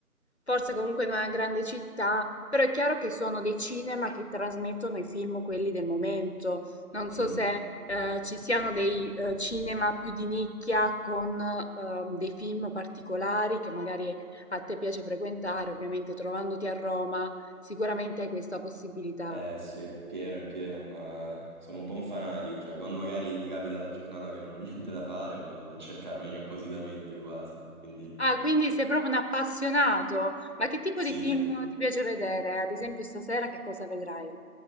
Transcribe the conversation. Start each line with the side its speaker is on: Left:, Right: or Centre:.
Left: forse comunque in una grande città, però è chiaro che sono dei cinema che trasmettono i film quelli del momento. Non so
Right: Mm.
Left: se eh, ci siano dei eh, cinema più di nicchia con eh, dei film particolari che magari a te piace frequentare, ovviamente trovandoti a Roma, sicuramente hai questa possibilità.
Right: Eh sì, è pieno, è pieno, ma sono un po' un fanatico, cioè quando magari mi capita la giornata che non ho niente da fare, vado a cercarmeli appositamente quasi, quindi
Left: Ah, quindi sei proprio un appassionato. Ma che tipo
Right: sì,
Left: di film
Right: sì.
Left: ti piace vedere? Ad esempio, stasera che cosa vedrai?